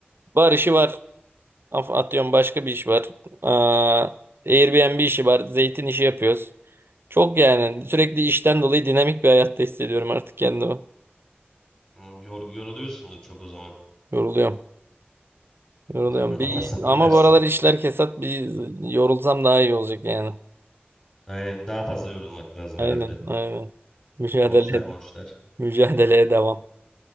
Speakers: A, on the right; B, on the left.
A: bar işi var. Af- Atıyorum başka bir iş var. Aa, Airbnb işi var. Zeytin işi yapıyoruz. Çok yani sürekli işten dolayı dinamik bir hayatta hissediyorum artık kendimi.
B: Hmm, Yor yoruluyorsundur çok o zaman.
A: Yoruluyorum. Yoruluyorum.
B: <laughs> Allah
A: Bir,
B: sabır
A: ama
B: versin.
A: bu aralar işler kesat bir yorulsam daha iyi olacak yani.
B: Aynen daha fazla yorulmak lazım
A: Aynen
B: herhalde.
A: aynen. Mücadele,
B: Borçlar
A: ed-
B: morçlar.
A: mücadeleye devam.